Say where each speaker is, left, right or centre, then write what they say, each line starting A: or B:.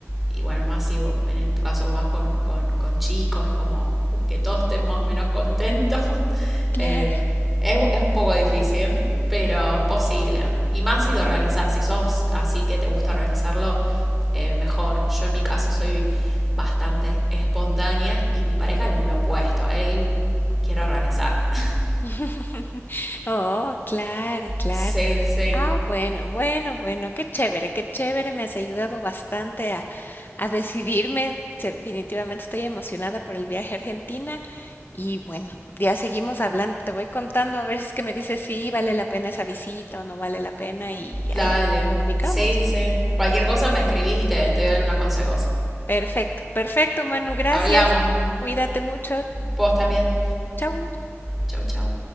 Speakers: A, in the centre; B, on the left.
A: y bueno, más si en, tu caso vas con, con, con chicos, es como busque todos estén más o menos contentos. <laughs>
B: Claro.
A: Eh, es, es, un poco difícil, pero es posible. Y más si lo organizás, si sos así que te gusta organizarlo, eh, mejor. Yo en mi caso soy bastante espontánea y mi pareja es lo opuesto, él quiere organizar. <laughs>
B: <laughs> Oh, claro, claro.
A: Sí, sí.
B: Ah, bueno, bueno, bueno, qué chévere, qué chévere, me has ayudado bastante a, a decidirme. Definitivamente estoy emocionada por el viaje a Argentina y bueno, ya seguimos hablando, te voy contando a ver si es que me dices si vale la pena esa visita o no vale la pena y
A: Dale.
B: ahí comunicamos.
A: Sí, sí. Cualquier cosa me escribís y te, te doy algunos consejos.
B: Perfecto, perfecto, Manu, gracias.
A: Hablamos.
B: Cuídate mucho.
A: Vos también.
B: Chau.
A: Chau, chau.